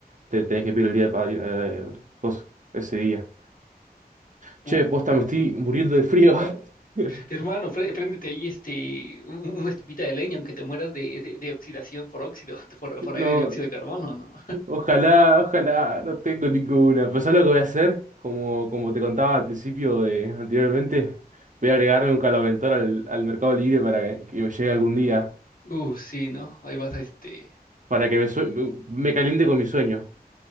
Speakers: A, on the right; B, on the left.
A: te tenés que pedir el día de padri- eh, coso, ese día. Che,
B: Uh,
A: posta, me estoy muriendo de frío. <laughs>
B: hermano, pré- préndete ahí este, un- un- una estufita de leña, aunque te mueras de, de- de oxidación por óxido, <laughs> por, por
A: No,
B: aire de dióxido de carbono, ¿no?
A: Ojalá, ojalá, no tengo ninguna. Pero ¿sabes lo que voy a hacer? Como, como te contaba al principio de anteriormente, voy a agregarle un caloventor al, al Mercado Libre para que, que me llegue algún día,
B: Uh, sí, ¿no? Ahí vas a este.
A: para que me, sue- me me caliente con mi sueño.